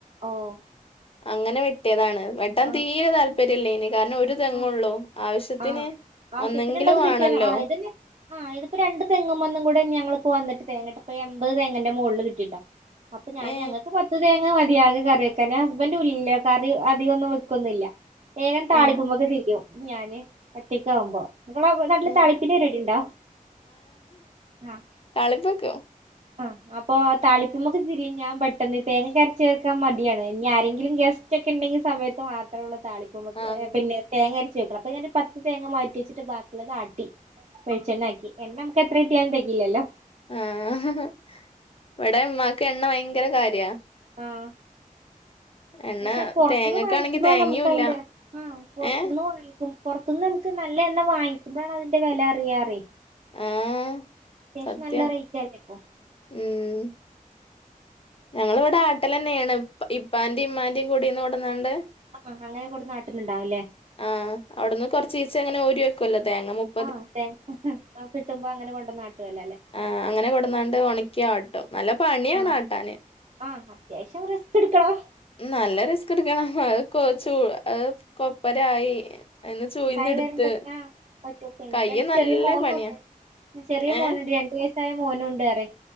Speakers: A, on the right; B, on the left.
A: ഓഹ്
B: അങ്ങനെ വെട്ടിയതാണ് വെട്ടാൻ
A: ആഹ്
B: തീരെ താല്പര്യം ഇല്ലേനി കാരണം ഒരു തെങ്ങൊള്ളൂ
A: ആഹ്
B: ആവശ്യത്തിന്
A: ആഹ് ആവശ്യത്തിനുള്ളത്
B: ഒന്നെങ്കിലും വേണല്ലോ
A: കിട്ടിയാലോ ആഹ് ഇതന്നെ ആഹ് ഇതിപ്പോ രണ്ട് തെങ്ങുംമ്മന്നും കൂടെന്ന്യ ഞങ്ങിള്പ്പോ വന്നിട്ട് തേങ്ങട്ടെ ബപ്പോ എമ്പത് തേങ്ങന്റെ മോളില് കിട്ടിട്ടോ അപ്പൊ ഞാന്
B: ഏ
A: ഞങ്ങക്ക് പത്ത് തേങ്ങ മതി ആകെ കറി കാരണം ഹസ്ബെൻഡും ഇല്ല കറി അധികൊന്നും വെക്കൊന്നില്ല വേഗം താളിപ്പ്
B: ഏ
A: ചെയ്യും ഞാന് ഒറ്റക്ക് ആവുമ്പോ നിങ്ങളെ നാട്ടില്
B: ഉം
A: താളിപ്പിന്റെ പരിപാടി ഉണ്ടോ? ആഹ്
B: താളിപ്പ് വെക്കും
A: ആഹ് അപ്പോ ആ താളിപ്പ്മ്മെക്ക് തിരിയും ഞാൻ പെട്ടെന്ന് തേങ്ങക്കെ അരച്ച് ചേർക്കാൻ മടിയാണ് ഇനി ആരെങ്കിലും ഗസ് റ്റൊക്കെ ഇണ്ടെങ്കി സമയത്ത് മാത്രൊള്ളു താളിപ്പ്മ്മക്ക്
B: ആഹ്
A: തേങ്ങ അരച്ച് വെക്ക്ണെ അപ്പ ഞാനൊരു പത്ത് തേങ്ങ മാറ്റിവെച്ചിട്ട് ബാക്കിയുള്ളത് ആട്ടി വെളിച്ചെണ്ണ ആക്കി എണ്ണ നമുക്ക് എത്ര കട്ടിയാലും തെകയില്ലല്ലോ
B: ആഹ് ഇവടെ ഇമ്മാക്ക് എണ്ണ ഭയങ്കര കാര്യ
A: ആഹ്
B: എണ്ണ
A: പക്ഷെ പൊറത്തുന്നു
B: തേങ്ങക്കാണെങ്കി
A: വാങ്ങിക്കുമ്പയാണ്
B: തേങ്ങയുല്ല
A: നമ്മുക്ക് അതിന്റെ ആഹ് പൊറത്തുന്ന്
B: ഏ
A: വാങ്ങിക്കും പൊറത്തുന്ന് നമുക്ക് നല്ല എണ്ണ വാങ്ങിക്കുമ്പയാണ് അതിന്റെ വെല അറിയാറേ
B: ആഹ്
A: അത്യാവിശ്യം
B: സത്യം
A: നല്ല റേറ്റ് അല്ലേ ഇപ്പൊ
B: ഉം ഞങ്ങള് ഇവടെ ആട്ടലെന്നേണ് ഇപ്പാന്റിം ഇമ്മാന്റിം കുടീന്നു കൊടന്നാണ്ട്
A: ആഹ് അങ്ങനെ കൊട്ന്ന് ആട്ടല്ണ്ടാവും ലെ?
B: ആഹ് അവിടുന്ന് കൊറച്ചീചെങ്ങനെ ഓരി വെക്കല്ലോ തേങ്ങ മുപ്പ
A: ആഹ് തേങ്ങ ആഹ് കിട്ടുമ്പോ അങ്ങനെ കൊണ്ടന്നാട്ടും അല്ല ല്ലെ
B: ആഹ് അങ്ങനെ കൊടന്നാണ്ട് ഒണക്കി ആട്ടും നല്ല പണിയാണ്
A: ആഹ്
B: ആട്ടാന്
A: ആഹ് അത്യാവിശ്യം റിസ്ക്ക്ട്ക്കണം
B: ഉം നല്ല റിസ്ക്ക്ട്ക്കണം അത് കൊ ചൂ അത് കൊപ്പരായി അയിന്ന് ചൂയിന്നെടുത്ത്
A: ഇണ്ടായി വരുമ്പോത്തിനാ ആഹ് ഒറ്റക്കെനി ഇൻക്കാണെ
B: കയ്യ് നല്ല
A: ചെറിയ മോനൂണ്ട്
B: പണിയാ
A: ചെറിയ
B: ഏഹ്
A: മോനൂണ്ട് രണ്ടു വയസ്സായ മോനും ഉണ്ടറിയാ